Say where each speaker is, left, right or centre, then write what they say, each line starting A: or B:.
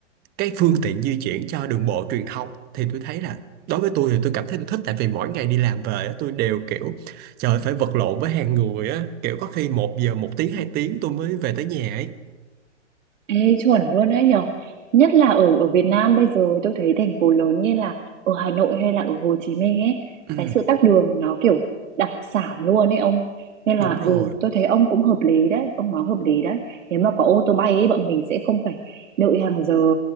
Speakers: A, on the right; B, on the right.
A: cái phương tiện di chuyển cho đường bộ truyền thông thì tôi thấy là đối với tôi thì tôi cảm thấy tôi thích tại vì mỗi ngày đi làm về á, tôi đều kiểu trời ơi, phải vật lộn với hàng người á kiểu có khi một giờ một tiếng hai tiếng tôi mới về tới nhà ấy
B: Ê, chuẩn luôn đấy nhở nhất là ở ở Việt Nam bây giờ tôi thấy thành phố lớn như là ở Hà Nội hay là ở Hồ Chí Minh ấy
A: ừ
B: cái sự tắc đường nó kiểu đặc sản luôn ấy ông nên
A: đúng
B: là
A: rồi
B: ừ tôi thấy ông cũng hợp lý đấy ông nói hợp lý đấy nếu mà có ô tô bay ấy bọn mình sẽ không phải đợi hàng giờ